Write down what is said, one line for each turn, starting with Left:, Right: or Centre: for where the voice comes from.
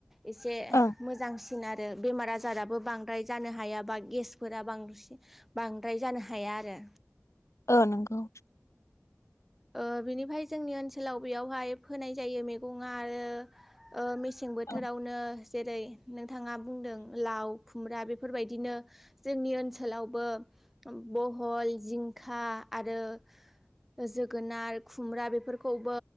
Centre: एसे
Left: ओं
Centre: बांसिन आरो बेमार आजाराबो बांद्राय जानो हाया बा गेसफोरा बांसि बांद्राय जानो हाया आरो
Left: औ नंगौ
Centre: ओ बिनिफाय जोंनि ओनसोलाव बेयावहाय फोनाय जायो मैगं आ आरो ओ मे सें बोथोरावनो
Left: औ
Centre: जेरै नों थाङा बुंदों लाव खुमब्रा बेफोरबायदिनो जोंनि ओनसोलावबो बहल जिंखा आरो ज जोगोनार खुमब्रा बेफोरखौबो